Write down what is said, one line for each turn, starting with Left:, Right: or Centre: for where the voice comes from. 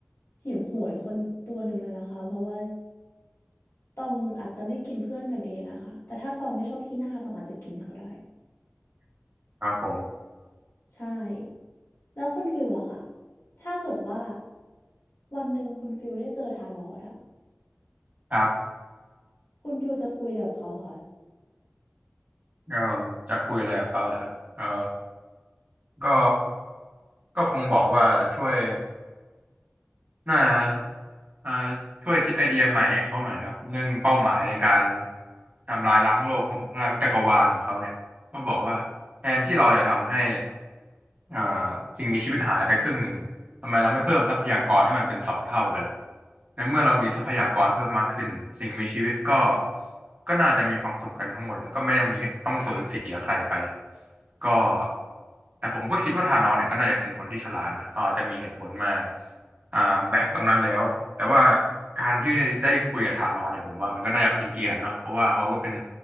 Left: หิวโหยคนตัวหนึ่งเลยนะคะเพราะว่าตองอาจจะไม่กินเพื่อนกันเองอะค่ะแต่ถ้าตองไม่ชอบขี้หน้าตองอาจจะกินเขาได้
Right: ครับผม
Left: ใช่แล้วคุณฟิลล่ะคะถ้าเกิดว่าวันหนึ่งคุณฟิลได้เจอธานอสอะ
Right: ครับ
Left: คุณฟิลจะคุยอะไรกับเขาค่ะ
Right: ก็จะคุยอะไรกับเขาเลยครับเออก็ก็คงบอกว่าช่วย น่าจะอ่าช่วยคิดไอเดียใหม่ให้เขาหน่อยครับ เรื่องเป้าหมายในการทำลายล้างโลกของล้างจักรวาลของเขาเนี่ยก็บอกว่าแทนที่เราจะทำให้ อ่าสิ่งมีชีวิตหายไปครึ่งหนึ่งเนี่ยทำไมเราไม่เพิ่มทรัพยากรให้มันเป็นสองเท่าไปล่ะในเมื่อเรามีทรัพยากรเพิ่มมากขึ้นสิ่งมีชีวิตก็ก็น่าจะมีความสุขกันทั้งหมดแล้วก็ไม่ต้องมีต้องสูญเสียใครไปก็แต่ผมก็คิดว่าธานอสเนี่ยก็น่าจะเป็นคนที่ฉลาดนะเขาอาจจะมีเหตุผลมาอ่าแบ็กตรงนั้นแล้วแต่ว่าการที่ได้คุยกับธานอสเนี่ยผมว่ามันก็น่าจะเป็นเกียรติเนาะเพราะว่าเขาก็เป็น